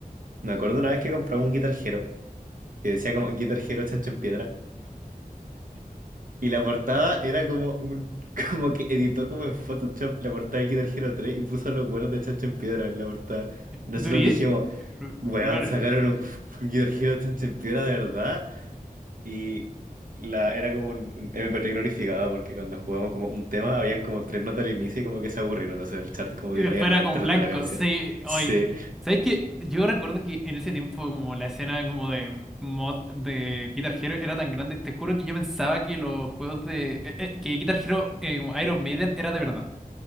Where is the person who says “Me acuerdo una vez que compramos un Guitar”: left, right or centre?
Right